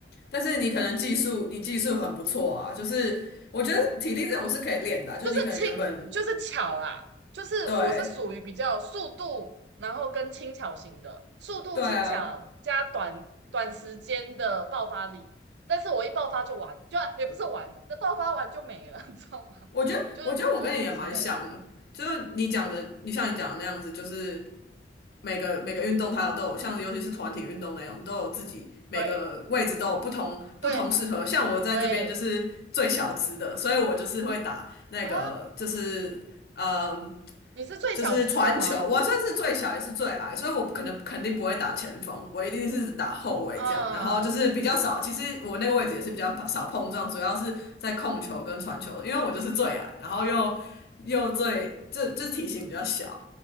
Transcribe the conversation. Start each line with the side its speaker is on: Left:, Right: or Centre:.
Left: 但是你可能技术，你技术很不错啊，就是我觉得体力这种是可以练的啊就是你可能原本
Right: 就是轻，就是巧啦，就是我是属于比较速度，
Left: 对
Right: 然后跟轻巧型的，速度轻巧加短短时间的爆发力，
Left: 对啊，
Right: 但是我一爆发就完，就也不是完了，这爆发完就没了，<laughs> 你知道吗？
Left: 我觉得，
Right: 就是诸如此类的，
Left: 我觉得我跟你也蛮像的，就是你讲的，你像你讲的那样子，就是每个每个运动它有都有，像尤其是团体运动那种，都有自己每个位置都有不同不同适合。
Right: 对对
Left: 像我在这边就是最小资的，
Right: 对
Left: 所以我就是会打那个就是。
Right: 啊，
Left: 嗯。
Right: 你是最小资的吗？
Left: 就是传球，我算是最小也是最矮，所以我可能肯定不会打前锋，我一定是打后卫这样。
Right: 嗯，
Left: 然后就是比较少，其实我那个位置也是比较少碰撞，主要是在控球跟传球，因为我就是最矮，然后又又最就就是体型比较小，